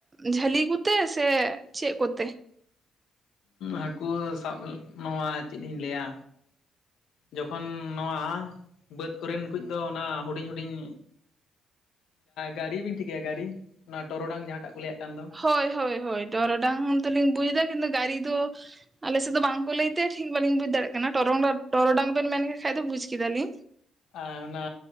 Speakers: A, on the right; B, on the left.
A: ᱡᱷᱟᱹᱞᱤ ᱠᱚᱛᱮ ᱥᱮ ᱪᱮᱫ ᱠᱚᱛᱮ
B: ᱦᱟᱹᱠᱩ ᱥᱟᱵᱽ ᱱᱚᱣᱟ ᱪᱮᱫ ᱤᱧ ᱞᱟᱹᱭᱟ ᱡᱚᱠᱷᱚᱱ ᱱᱚᱣᱟ ᱵᱟᱹᱫᱽ ᱠᱚᱨᱮᱱ ᱠᱩ ᱫᱚ ᱚᱱᱟ ᱦᱩᱰᱤᱧ ᱦᱩᱰᱤᱧ ᱜᱟᱹᱨᱤ ᱵᱤᱱ ᱴᱷᱤᱠᱟᱹᱭᱟ ᱜᱟᱹᱨᱤ ᱚᱱᱟ ᱴᱚᱨᱚᱰᱟᱝ ᱡᱟᱦᱟᱸᱴᱟᱜ ᱠᱚ ᱞᱟᱹᱭᱟᱜ ᱠᱟᱱ ᱫᱚ
A: ᱦᱳᱭ ᱦᱳᱭ ᱦᱳᱭ ᱴᱚᱨᱚᱰᱟᱝ ᱫᱚ ᱞᱤᱧ ᱵᱩᱡᱽ ᱫᱟ ᱠᱤᱱᱛᱩ ᱜᱟᱹᱨᱤ ᱫᱚ ᱟᱞᱮ ᱥᱮᱫ ᱫᱚ ᱵᱟᱝᱠᱚ ᱞᱟᱹᱭᱛᱮ ᱴᱷᱤᱠ ᱵᱟᱹᱞᱤᱧ ᱵᱩᱡ ᱫᱟᱲᱮᱭᱟᱜ ᱠᱟᱱᱟ ᱴᱚᱨᱚᱝ ᱴᱚᱨᱚᱰᱟᱝ ᱵᱮᱱ ᱢᱮᱱ ᱠᱷᱟᱡᱽ ᱞᱤᱧ ᱵᱩᱡᱽ ᱠᱮᱫᱟᱞᱤᱧ᱾
B: ᱟᱨ ᱚᱱᱟ